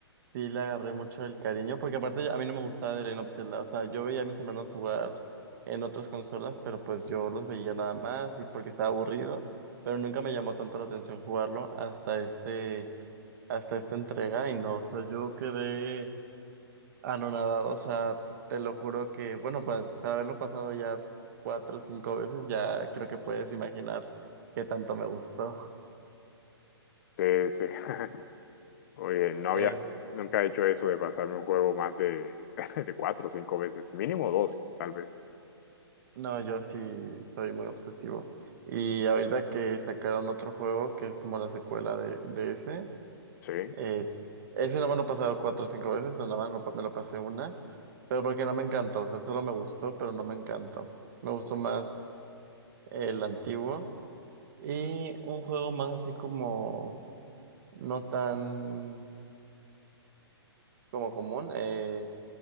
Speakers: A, on the right; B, on the left.
A: sí le agarré mucho el cariño, porque aparte a mí no me gustaba el Legend of Zelda. O sea, yo veía a mis hermanos jugar en otras consolas, pero pues yo los veía nada más y porque estaba aburrido. Pero nunca me llamó tanto la atención jugarlo hasta este, hasta esta entrega. Y no, o sea, yo quedé. anonadado, o sea, te lo juro que, bueno, para, para haberlo pasado ya cuatro o cinco veces, ya creo que puedes imaginar qué tanto me gustó.
B: Sí, sí. <laughs> Oye, no había
A: Eh,
B: nunca he hecho eso de pasarme un juego más de, <laughs> de cuatro o cinco veces, mínimo dos, tal vez.
A: no, yo sí soy muy obsesivo. Y ahorita que sacaron otro juego, que es como la secuela de, de ese,
B: Sí. Eh,
A: eh, ese no me lo he pasado cuatro o cinco veces, o nada más lo pa- me lo pasé una, pero porque no me encantó, o sea, solo me gustó, pero no me encantó. Me gustó más el antiguo. Y un juego más así como no tan como común. eh,